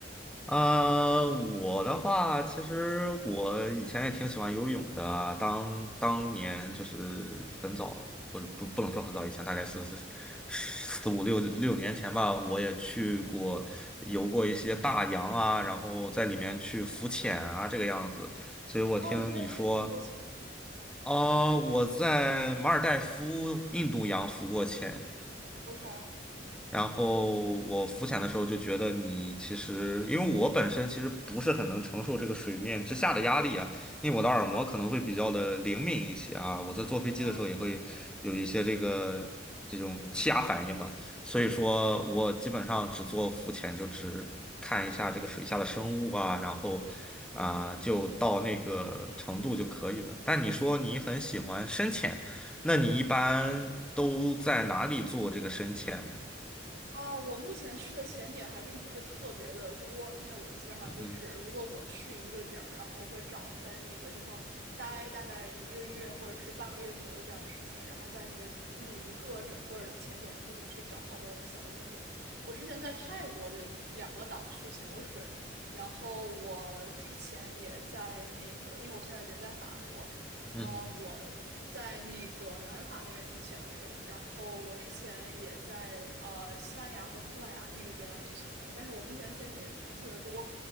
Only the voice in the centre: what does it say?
呃，我的话，其实我以前也挺喜欢游泳的。当当年就是很早，不不不能说很早以前，大概是是是四五六六年前吧，我也去过游过一些大洋啊，然后在里面去浮潜啊，这个样子。所以我听你说，
哦、我在马尔代夫印度洋浮过潜。
然后我浮潜的时候就觉得你其实，因为我本身其实不是很能承受这个水面之下的压力啊，因为我的耳膜可能会比较的灵敏一些啊，我在坐飞机的时候也会有一些这个这种气压反应吧，
所以说我基本上只做浮潜，就只看一下这个水下的生物啊，然后啊、就到那个程度就可以了。但你说你很喜欢深潜，那你一般都在哪里做这个深潜呢？
嗯哼，
嗯哼，